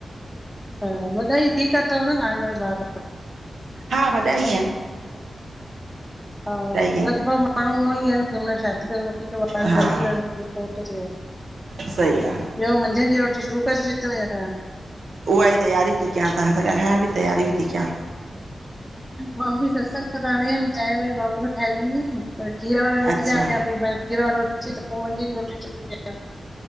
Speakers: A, in the centre; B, on the right.
A: हा, मत्लब ही ॿी त अथव न तवहांजा ॿार।
B: हा, वॾा ई एन।
A: हा,
B: ई आहिनि
A: लगभग माण्हूं उअईं आन, कंहिं महिल शादी कर, पो कैंखे ॿार
B: हा
A: जल्दी ता थियन। कैंखे पो तो थे,
B: सही आ,
A: ॿयो मंझंन जी रोटी शुरू करे छॾी तव छा करण?
B: उआई तैयारी ती क्यां, तहां सां ॻाल्हया बि तैयारी बि ती क्यां।
A: मां भी सत्संग मां खुद हाणे आयम, चांयं वांयं बाबू खे ठाहे ॾिनी, खीर वारे जो इंतज़ार
B: अच्छा
A: क्यां पई, मा च्यो खीर वारो अचे त पो, मंझंद जी रोटी शुरू कयां।